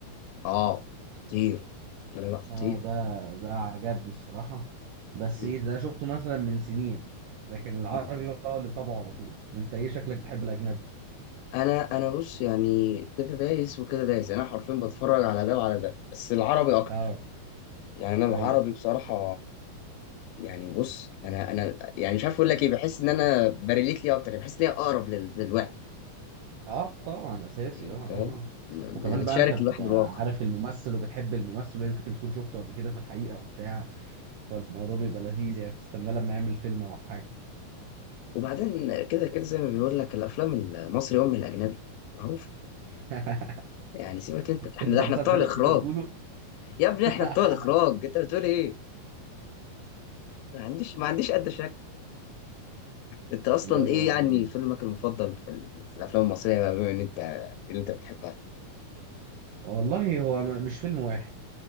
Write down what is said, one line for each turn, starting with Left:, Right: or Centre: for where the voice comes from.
Left: اه خطير لا لا لا خطير
Right: اه ده ده عجبني الصراحه بس
Left: م-
Right: ايه ده شفته مثلا من سنين لكن العربي
Left: م.
Right: بقى هو اللي متابعه على طول انت ايه شكلك بتحب الاجنبي
Left: انا انا بص يعني كده دايس وكده دايس يعني انا حرفيا بتفرج على ده وعلى ده بس العربي اكتر
Right: اه
Left: يعني انا العربي
Right: ايوه
Left: بصراحه يعني بص انا انا يعني مش عارف اقول لك ايه بحس ان انا بريليت ليه اكتر يعني بحس ليه اقرب لل- للواحد
Right: اه طبعا اساسي
Left: يعني
Right: اه اه
Left: فاهم
Right: آه.
Left: ب-
Right: وكمان
Left: بتشارك
Right: بقى انت بتبقى
Left: الواحد الواقع
Right: عارف الممثل وبتحب الممثل ويمكن تكون شفته قبل كده في الحقيقة وبتاع فالموضوع بيبقى لذيذ يعني بتستناه لما يعمل فيلم او حاجة
Left: وبعدين كده كده زي ما بيقول لك الافلام المصري ام الاجنبي معروف
Right: <laughs>
Left: يعني سيبك انت احنا
Right: انت
Left: ده احنا
Right: مصدق
Left: بتوع الاخراج
Right: اللي انت بتقوله
Left: يا ابني
Right: <laughs>
Left: احنا بتوع الاخراج انت بتقول ايه ما عنديش ما عنديش ادنى شك انت اصلا
Right: الله ينور
Left: ايه يعني
Right: عليك
Left: فيلمك المفضل في, ال... في الافلام المصريه بقى بما ان انت اللي انت بتحبها
Right: والله هو م- مش فيلم واحد